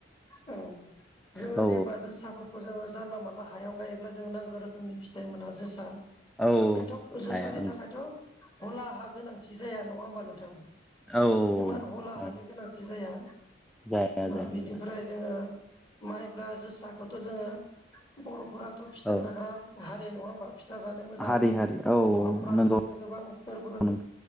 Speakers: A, on the left; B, in the centre.
A: औ जोङो
B: औ औ
A: जेनेबा जोसाफोरखौ जोङो जानला मानला हायाव गायोब्ला जों नांगौ रोखोमनि फिथाइ मोना जोसा
B: औ
A: बेथ' जोसानि
B: हाया
A: थाखायथ हला हा गोनांथि जाया नङा होमबा नों थां
B: औ
A: इमान हला
B: औ
A: हानि गोनांथि जाया।
B: जाया
A: बिनिफ्राय
B: जाया नोंथां
A: जोङो माइब्रा जोसाखौथ जोङो बर'फोराथ फिथा
B: औ
A: जाग्रा हा रि नङा होमबा फिथा जानो मोजां
B: हारि
A: मोनो
B: हारि औ
A: बर'फोरा
B: नंगौ
A: बिदिनो गोबां फोरबो
B: नों